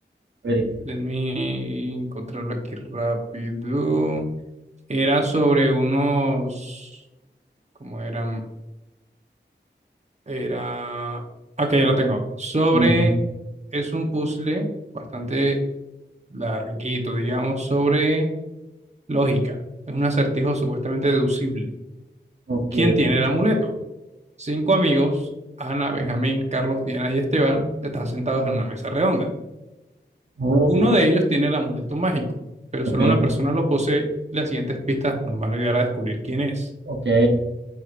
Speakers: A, on the right; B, on the right.
A: espere.
B: Déjame encontrarlo aquí rápido. Era sobre unos... ¿Cómo eran? Era... Ok, ya lo tengo. Sobre...
A: Ujú,
B: Es un puzzle bastante larguito, digamos, sobre Lógica. Es un acertijo supuestamente deducible.
A: Ok,
B: ¿Quién tiene el amuleto? Cinco amigos, Ana, Benjamín, Carlos, Diana y Esteban, están sentados en una mesa redonda.
A: oh,
B: Uno de ellos tiene el amuleto mágico, pero
A: ok,
B: solo una persona lo posee. Las siguientes pistas nos van a ayudar a descubrir quién es.
A: ok,